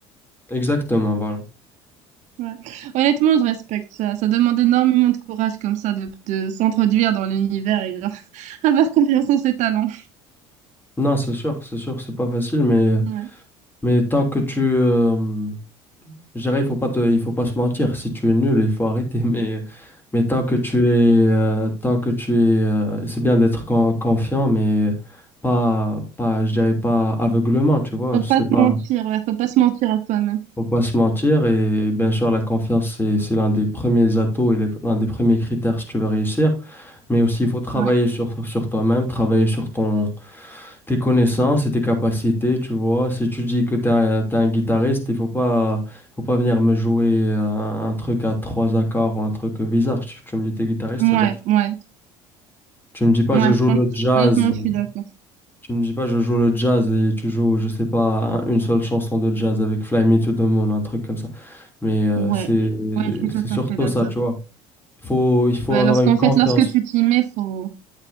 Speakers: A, on the left; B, on the right.
A: Exactement, voilà.
B: Ouais. Honnêtement, je respecte ça. Ça demande énormément de courage, comme ça, de, de s'introduire dans l'univers et genre, <laughs> avoir confiance en ses talents.
A: Non, c'est sûr, c'est sûr, c'est pas facile, mais,
B: Ouais.
A: mais tant que tu... euh, je dirais, il faut pas te, il faut pas se mentir. Si tu es nul, il faut arrêter, <laughs> mais, mais tant que tu es... euh, tant que tu es... euh, c'est bien d'être con- confiant, mais pas, pas, je dirais pas aveuglement, tu vois,
B: Faut
A: c'est
B: pas se
A: pas...
B: mentir, ouais, faut pas se mentir à soi-même.
A: Faut pas se mentir et bien sûr la confiance c'est c'est l'un des premiers atouts et les- l'un des premiers critères si tu veux réussir mais aussi il faut travailler
B: Ouais,
A: sur sur toi-même travailler sur ton tes connaissances et tes capacités tu vois si tu dis que tu es, un t'es un guitariste il faut pas faut pas venir me jouer un, un truc à trois accords ou un truc bizarre tu, tu me dis t'es guitariste
B: ouais,
A: ça veut dire que
B: ouais,
A: tu me dis pas
B: ouais,
A: je joue
B: je comprends.
A: le jazz
B: Honnêtement, je suis d'accord.
A: tu me dis pas, je joue le jazz et tu joues, je sais pas, un- une seule chanson de jazz avec Fly Me to the Moon, un truc comme ça. Mais euh,
B: Ouais,
A: c'est
B: ouais, je suis tout
A: c'est surtout
B: à fait d'accord.
A: ça, tu vois. Faut, il faut
B: Ouais,
A: avoir
B: lorsqu'en
A: une confiance.
B: fait, lorsque tu t'y mets, faut.